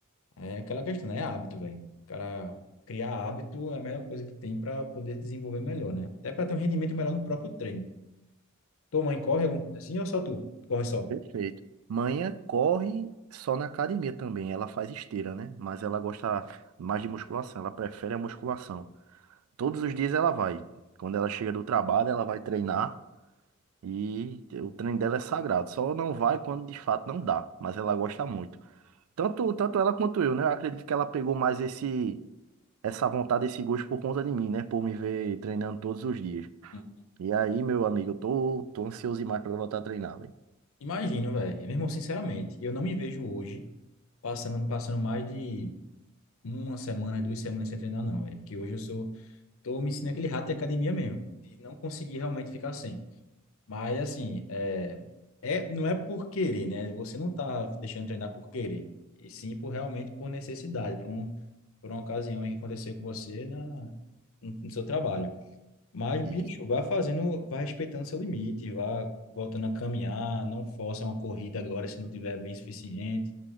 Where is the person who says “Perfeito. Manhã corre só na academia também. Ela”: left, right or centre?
Right